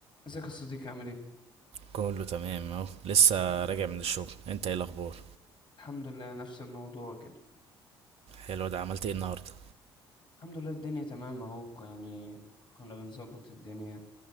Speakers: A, on the left; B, on the right.
A: ازيك يا صديقي عامل ايه؟
B: كله تمام اهو لسه
A: الحمد لله
B: راجع من الشغل انت ايه الاخبار
A: الحمد لله، نفس الموضوع كده
B: حلو ده عملت ايه النهارده
A: الحمد لله الدنيا تمام اهو ك- يعني كنا بنظبط الدنيا